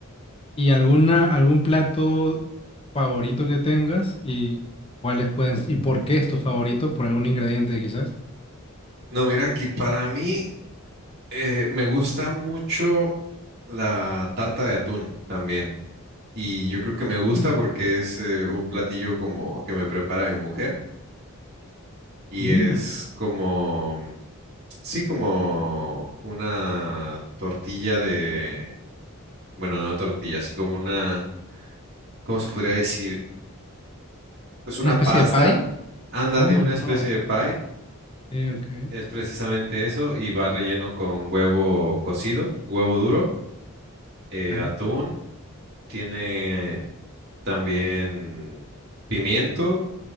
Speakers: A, on the left; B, on the right.
A: y alguna, algún plato favorito que tengas? ¿Y cuáles pueden, y por qué es tu favorito? ¿Por algún ingrediente quizás?
B: No, mira que para mí eh, me gusta mucho la tarta de atún también. Y yo creo que me
A: Mm.
B: gusta porque es eh, un platillo como que me prepara mi mujer y
A: Mm,
B: es como, sí, como una tortilla de bueno, no tortilla, así como una, ¿cómo se podría decir? Pues una
A: ¿Una especie
B: pasta,
A: de pie?
B: ándale,
A: Oh,
B: una
A: no.
B: especie de pie,
A: Sí, ok,
B: es precisamente eso, y va relleno con huevo cocido, huevo duro, eh,
A: claro.
B: atún, tiene también pimiento,